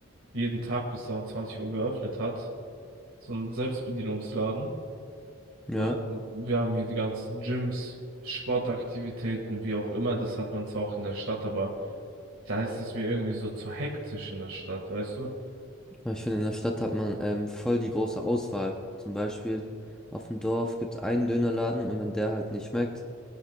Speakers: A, on the right; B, in the centre.
A: jeden Tag bis um 20 Uhr geöffnet hat. So ein Selbstbedienungsladen.
B: Ja,
A: Wir wir haben hier die ganzen Gyms, Sportaktivitäten, wie auch immer. Das hat man zwar auch in der Stadt, aber da ist es mir irgendwie so zu hektisch in der Stadt, weißt du?
B: aber ich finde, in der Stadt hat man ähm, voll die große Auswahl. Zum Beispiel auf dem Dorf gibt es einen Dönerladen und wenn der halt nicht schmeckt,